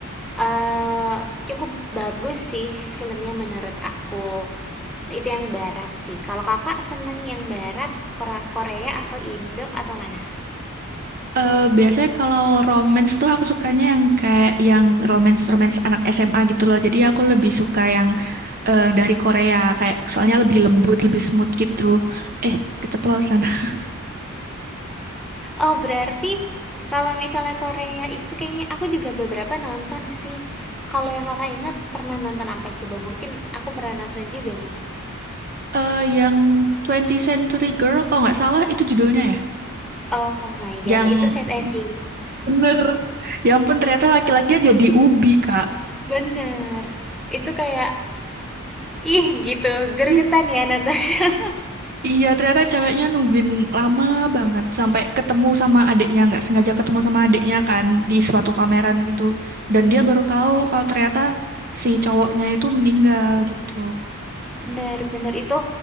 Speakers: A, in the centre; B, on the right.
A: eee, cukup bagus sih filmnya menurut aku. Itu yang barat sih. Kalau Kakak seneng yang barat, Kora Korea atau Indo atau mana?
B: Eh, biasanya kalau romance tuh aku sukanya yang kayak yang romance-romance anak SMA gitu loh. Jadi aku lebih suka yang eh, dari Korea kayak soalnya lebih lembut, lebih smooth gitu. Eh, keceplosan. <laughs>
A: Oh, berarti kalau misalnya Korea itu kayaknya aku juga beberapa nonton sih. Kalau yang Kakak ingat pernah nonton apa coba? Mungkin aku pernah nonton juga nih.
B: Eh, yang 20 Century Girl kalau nggak salah itu judulnya ya.
A: Oh my
B: Yang
A: God, itu
B: Iya.
A: sad ending.
B: Bener. Ya ampun, ternyata laki-lakinya jadi ubi, Kak.
A: <laughs> Bener. Itu kayak ih gitu, gergetan
B: Hmm.
A: ya nonton. <laughs>
B: Iya, ternyata ceweknya nungguin lama banget sampai ketemu sama adiknya, nggak sengaja ketemu sama adiknya kan di suatu pameran gitu. Dan dia baru tahu kalau ternyata si cowoknya itu meninggal gitu.
A: Bener, bener itu